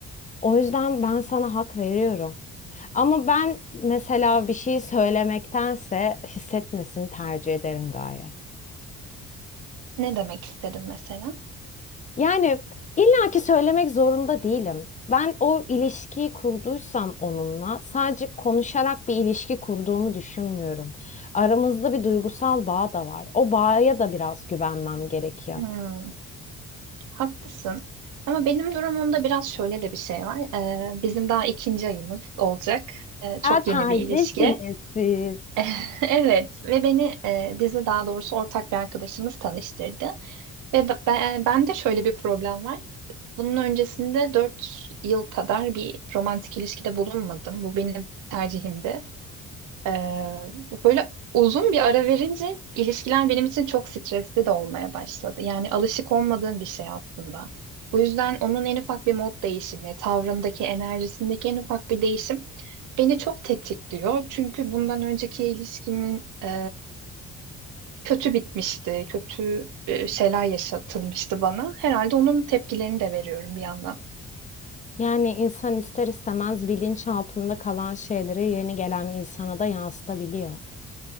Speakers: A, on the left; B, on the right.
A: O yüzden ben sana hak veriyorum. Ama ben mesela bir şey söylemektense hissetmesini tercih ederim gaye.
B: Ne demek istedin mesela?
A: Yani illaki söylemek zorunda değilim. Ben o ilişkiyi kurduysam onunla sadece konuşarak bir ilişki kurduğumu düşünmüyorum. Aramızda bir duygusal bağ da var. O bağa da biraz güvenmem gerekiyor.
B: Hmm. Haklısın. Ama benim durumumda biraz şöyle de bir şey var. Ee, bizim daha ikinci ayımız olacak. Ee, çok
A: Ya terzisiniz
B: yeni bir ilişki.
A: siz.
B: <laughs> Evet ve beni e, bizi daha doğrusu ortak bir arkadaşımız tanıştırdı. Ve b- ben, ben de şöyle bir problem var. Bunun öncesinde 4 yıl kadar bir romantik ilişkide bulunmadım. Bu benim tercihimdi. Ee, böyle uzun bir ara verince ilişkiler benim için çok stresli de olmaya başladı. Yani alışık olmadığım bir şey aslında. Bu yüzden onun en ufak bir mod değişimi, tavrındaki, enerjisindeki en ufak bir değişim beni çok tetikliyor. Çünkü bundan önceki ilişkimin e, kötü bitmişti, kötü e, şeyler yaşatılmıştı bana. Herhalde onun tepkilerini de veriyorum bir yandan.
A: Yani insan ister istemez bilinç altında kalan şeyleri yeni gelen insana da yansıtabiliyor.